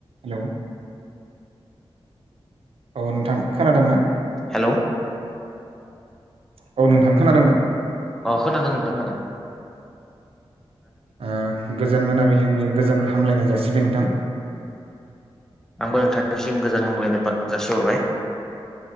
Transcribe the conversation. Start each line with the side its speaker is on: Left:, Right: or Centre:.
Right: हेल' औ नोंथां खोनादों ना।
Centre: हेल'
Right: औ नोंथां खोनादों ना।
Centre: अ खोनादों नोंथां नादों
Right: ओ गोजोन मोनाबिलिनि गोजोन हामलायनाय जासिबाय नोंथां।
Centre: आंबो नोंथांनिसिम गोजान हामगलायनाय बा जासिहरबाय।